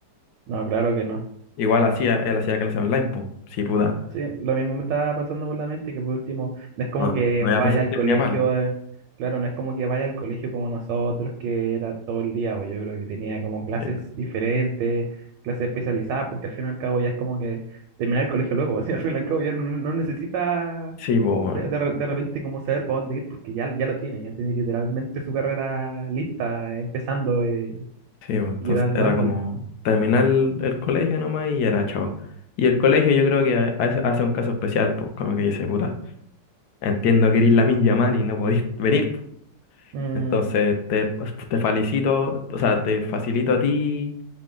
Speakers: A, on the right; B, on the left.
A: No, claro que no.
B: Igual hacía, él hacía clases online, pues, sí, puta,
A: Sí, lo mismo me estaba pasando por la mente que por último, no es como
B: no,
A: que
B: no iba
A: vaya
B: a presencial
A: al colegio,
B: ni a palo.
A: eh, claro, no es como que vaya al colegio como nosotros, que era todo el día, pues yo creo que tenía como clases
B: Sí,
A: diferentes, clases especializadas, porque al fin y al cabo ya es como que terminar el colegio luego, <laughs> o sea, al fin y al cabo ya no, no, no necesita
B: sí, pues,
A: de, de re- de repente como saber para dónde ir, porque ya, ya lo tiene, ya tiene literalmente su carrera lista, empezando eh,
B: Sí, pues, entonces
A: y dan,
B: era
A: dándole.
B: como terminar el, el colegio nomás y era chao. Y el colegio yo creo que ha- hace hace un caso especial, pues como que dice, puta, entiendo que eres Lamin Yamal y no podís venir. pues.
A: Mm,
B: Entonces te, pues, te felicito, o sea, te facilito a ti